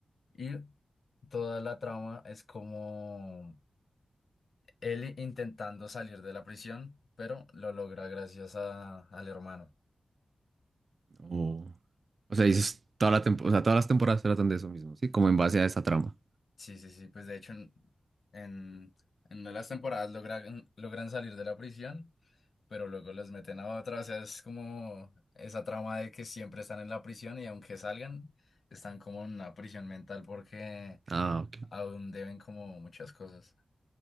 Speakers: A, on the left (about 70°); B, on the right (about 60°).
A: Y toda la trama es como él intentando salir de la prisión, pero lo logra gracias a- al hermano.
B: O, o sea, dices toda la tempo- o sea, todas las temporadas tratan de eso mismo, ¿sí? Como en base a esa trama.
A: Sí, sí, sí, pues de hecho en, en, en una de las temporadas logran, logran salir de la prisión, pero luego los meten a otra, o sea, es como esa trama de que siempre están en la prisión y aunque salgan, están como en una prisión mental porque
B: Ah, ok.
A: aún deben como muchas cosas.